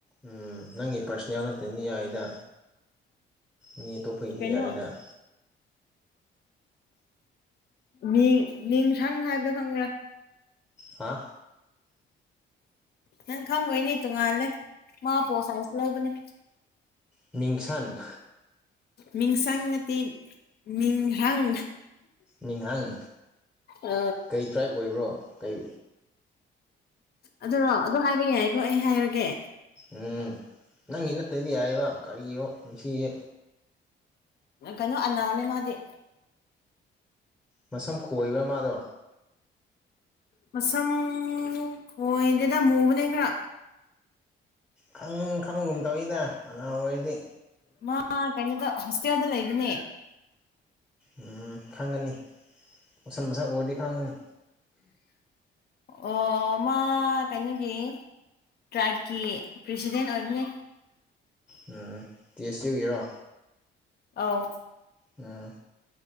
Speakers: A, in the centre; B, on the left.
A: ꯎꯝ ꯅꯪꯒꯤ ꯄꯔꯁꯅꯦꯜ ꯅꯠꯇꯔꯗꯤ ꯌꯥꯏꯗ ꯃꯤ ꯑꯇꯣꯞꯄꯒꯤꯗꯤ
B: ꯀꯩꯅꯣ
A: ꯌꯥꯏꯗ
B: ꯃꯤ ꯅꯤꯡꯁꯪ ꯍꯥꯏꯕꯗꯣ ꯈꯪꯕ꯭ꯔꯥ
A: ꯍꯥ
B: ꯅꯪ ꯈꯪꯉꯣꯏꯅꯦ ꯇꯣꯡꯉꯥꯜꯂꯦ ꯃꯥ ꯄꯣꯜ ꯁꯥꯏꯟꯁ ꯂꯧꯕꯅꯦ
A: ꯃꯤꯡꯁꯪ
B: ꯃꯤꯡꯁꯪ ꯅꯠꯇꯦ ꯃꯤꯡꯍꯪ
A: ꯃꯤꯡꯍꯪ
B: ꯑ
A: ꯀꯩ ꯇ꯭ꯔꯥꯏꯞ ꯑꯣꯏꯕ꯭ꯔꯣ ꯀꯩ
B: ꯑꯗꯨꯔꯣ ꯑꯗꯨ ꯍꯥꯏꯕ ꯌꯥꯏꯀꯣ ꯑꯩ ꯍꯥꯏꯔꯒꯦ
A: ꯎꯝ ꯅꯪꯒꯤ ꯅꯠꯇꯗꯤ ꯌꯥꯏꯕ ꯀꯔꯤꯅꯣ ꯃꯁꯤꯗꯤ
B: ꯀꯩꯅꯣ ꯑꯅꯥꯜꯅꯦ ꯃꯥꯗꯤ
A: ꯃꯁꯝ ꯈꯣꯏꯕ꯭ꯔꯥ ꯃꯥꯗꯣ
B: ꯃꯁꯝ ꯈꯣꯏꯗꯦꯗ ꯃꯨꯕꯅꯦ ꯈꯔ
A: ꯈꯪ ꯈꯪꯕꯒꯨꯝ ꯇꯧꯏꯗ ꯑꯅꯥꯜ ꯑꯣꯏꯗꯤ
B: ꯃꯥ ꯀꯩꯅꯣꯗ ꯍꯣꯁꯇꯦꯜꯗ ꯂꯩꯕꯅꯦ
A: ꯎꯝ ꯈꯪꯉꯅꯤ ꯃꯁꯝ ꯃꯁꯥꯛ ꯎꯔꯗꯤ ꯈꯥꯉꯅꯤ
B: ꯑꯣ ꯃꯥ ꯀꯩꯅꯣꯒꯤ ꯇ꯭ꯔꯥꯏꯕꯀꯤ ꯄ꯭ꯔꯦꯁꯤꯗꯦꯟ ꯑꯣꯏꯕꯅꯦ
A: ꯎꯝ ꯇꯦꯁ ꯎ ꯒꯤꯔꯣ꯫
B: ꯑꯥꯎ
A: ꯎꯝ